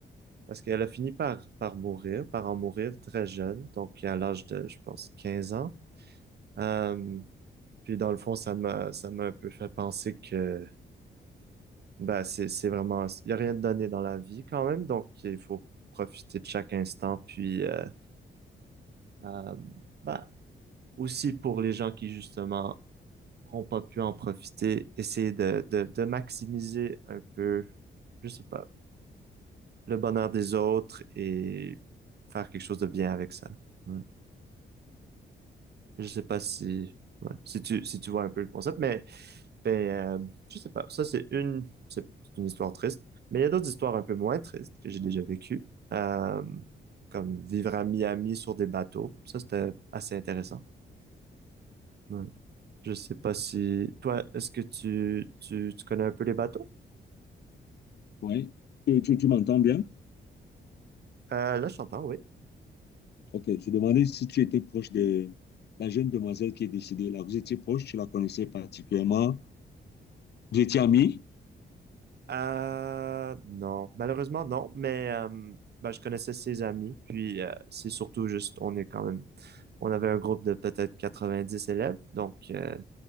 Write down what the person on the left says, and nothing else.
Oui. Tu, tu- tu m'entends bien?
Ok, je demandais si tu étais proche de la jeune demoiselle qui est décédée là. Vous étiez proche, tu la connaissais particulièrement. Vous étiez amis?